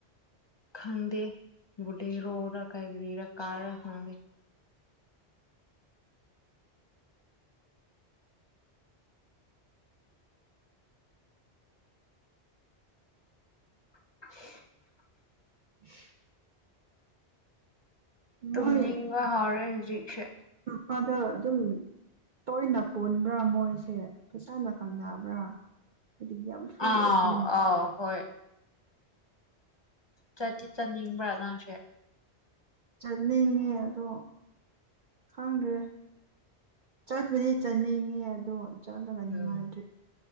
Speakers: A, on the left; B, on the right.
A: ꯈꯪꯗꯦ ꯕꯨꯗꯤꯔꯣꯔ ꯀꯔꯤꯔ ꯀꯥꯔ ꯔ ꯈꯪꯗꯦ <inaudible>
B: <inaudible>
A: ꯇꯨꯝꯅꯤꯡꯕ
B: ꯃꯣꯏ
A: ꯍꯥꯎꯔꯦ ꯍꯧꯖꯤꯛꯁꯦ
B: ꯃꯥꯗꯣ ꯑꯗꯨꯝ ꯇꯣꯏꯅ ꯄꯨꯟꯕ꯭ꯔꯥ ꯃꯣꯏꯁꯦ ꯐꯖꯅ ꯈꯪꯅꯕ꯭ꯔꯥ ꯍꯥꯏꯗꯤ ꯌꯥꯝ ꯐ꯭ꯔꯤ
A: ꯑꯥ
B: ꯑꯣꯏꯕ ꯃ
A: ꯑ ꯍꯣꯏ ꯆꯠꯇꯤ ꯆꯠꯅꯤꯡꯕ꯭ꯔꯥ ꯅꯪꯁꯦ
B: ꯆꯠꯅꯤꯡꯉꯦ ꯑꯗꯣ ꯈꯪꯗꯦ ꯆꯠꯄꯗꯤ ꯆꯠꯅꯤꯡꯉꯦ ꯑꯗꯣ ꯆꯠꯂꯒ
A: ꯎꯝ
B: ꯅꯨꯡꯉꯥꯏꯗ꯭ꯔ